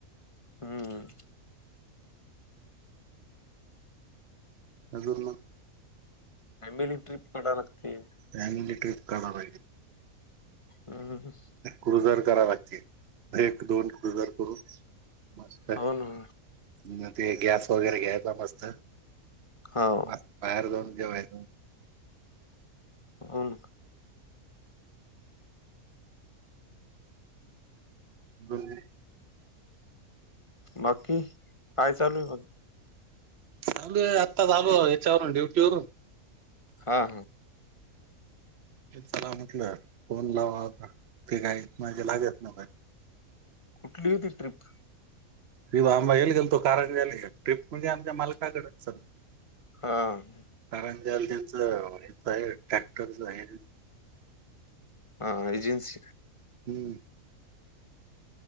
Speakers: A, on the left; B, on the right.
A: हम्म.
B: अजून ल
A: फॅमिली ट्रिप कडा लागते.
B: फॅमिली ट्रिप काढाल.
A: हम हम.
B: क्रुझर करा लागते, एक दोन क्रुझर करून मग काय.
A: हो ना
B: म ते गॅस वगैरे घ्यायचा मस्त.
A: हो.
B: मस् बाहेर जाऊन जेव्हाय
A: होन.
B: बज. <unintelligible>
A: बाकी, काय चालू आहे मग?
B: आगली आत्ता आलो, याचवरून ड्युटीवररून.
A: हा हा.
B: चला म्हटलं, फोन लावा होता ते काही माजे लागत ना.
A: कुठली होती ट्रिप?
B: विव आमबा येईल गेल तो कारण ग ट्रिप म्हणजे आमच्या मालकाकडे स.
A: हा.
B: कारण द्याल त्याच, आहे ट्रॅक्टरच आहे.
A: हा एजन्सी
B: हम्म.